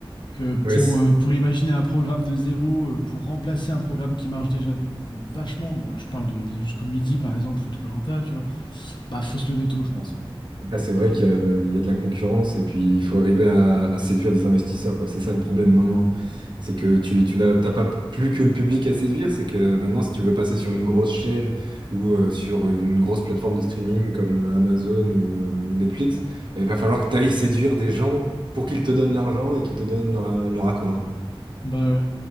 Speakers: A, on the left; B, on the right.
A: que pour,
B: Ouais, c-
A: euh, pour imaginer un programme de zéro, euh, pour remplacer un programme qui marche déjà vachement, bon, je parle de, des 12 coups de midi par exemple, ou de Colanta, tu vois, bah faut se lever tôt, je pense. hein.
B: Bah, c'est vrai qu'il y a il y a de la concurrence et puis il faut arriver à, à séduire des investisseurs, quoi. C'est ça le problème maintenant. C'est que tu, tu n'as t'as pas plus que le public à séduire, c'est que maintenant, si tu veux passer sur une grosse chaîne ou euh, sur une grosse plateforme de streaming comme euh, Amazon ou, euh, ou Netflix, bah, il va falloir que tu ailles séduire des gens pour qu'ils te donnent l'argent et qu'ils te donnent leur, leur accord. quoi.
A: Bah, ouais.